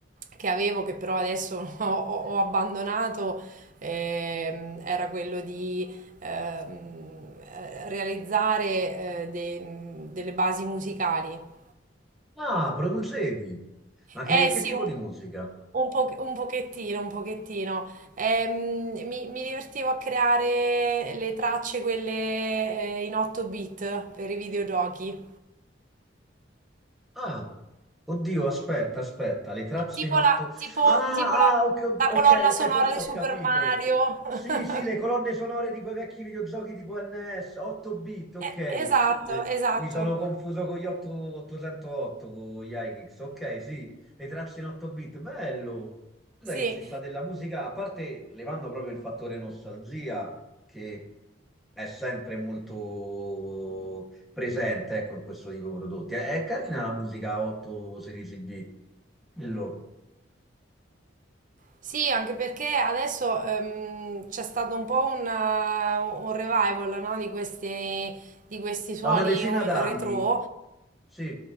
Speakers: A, on the right; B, in the centre.
A: che avevo, che però adesso <laughs> ho, ho- ho abbandonato, ehm, era quello di ehm, eh, realizzare eh, dei- delle basi musicali.
B: Ah, producevi! Ma che,
A: Eh
B: che
A: sì,
B: tipo
A: un,
B: di musica?
A: un po- un pochettino, un pochettino. Ehm, mi, mi divertivo a creare le tracce, quelle eh, in 8 bit per i videogiochi.
B: Ah, oddio, aspetta, aspetta, le tracce
A: Tipo
B: in otto...
A: la, tipo,
B: Ah,
A: tipo la,
B: ah, ok,
A: la
B: ok,
A: colonna
B: ok,
A: sonora
B: forse
A: di
B: ho
A: Super
B: capito.
A: Mario.
B: Sì,
A: <laughs>
B: sì, le colonne sonore di quei vecchi videogiochi tipo NS, 8 bit, ok.
A: Eh, Esatto,
B: Le-
A: esatto.
B: Mi sono confuso con gli 8 808, con gli iKicks, ok, sì, le tracce in 8 bit, bello. Guarda
A: Sì,
B: che ci sta della musica, a parte levando proprio il fattore nostalgia, che è sempre molto presente, ecco, in questo tipo di prodotti. È, è carina la musica a 8-16 bit, Quello.
A: sì, anche perché adesso ehm, c'è stato un po' un, eh, un revival, no, Di questi, di questi suoni
B: da una decina
A: eh,
B: d'anni.
A: retro.
B: Sì,